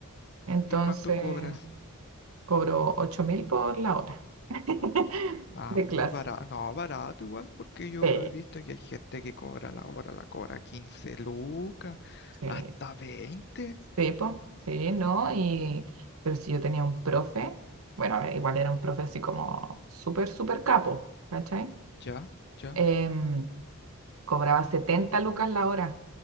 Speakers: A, on the right; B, on the left.
A: Entonces
B: ¿Y cuánto cobras?
A: cobro ocho mil por la hora <laughs>
B: Ah,
A: de clase.
B: barato, no, barato igual, porque yo
A: Sí,
B: he visto que hay gente que cobra la hora, la cobra 15 lucas,
A: sí.
B: hasta veinte
A: Sí, po, sí, ¿no? Y, pero si yo tenía un profe, bueno, a ver, igual era un profe así como súper, súper capo, ¿cachai?
B: Ya, ya,
A: Em, cobraba 70 lucas la hora.